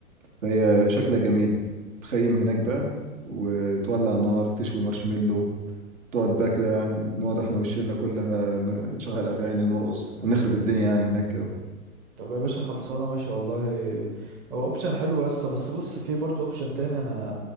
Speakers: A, on the right (about 60°); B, on the right (about 25°).
A: فهي شكلها جميل تخيم هناك بقى وتولع نار تشوي مارشميلو تقعد بقى كده نقعد احنا والشلة كلها ن- نشغل اغاني نرقص نخرب الدنيا يعني هناك كده
B: طب يا باشا خلصانه ماشي والله هو اوبشن حلو يسطا بس بص في برضه اوبشن تاني انا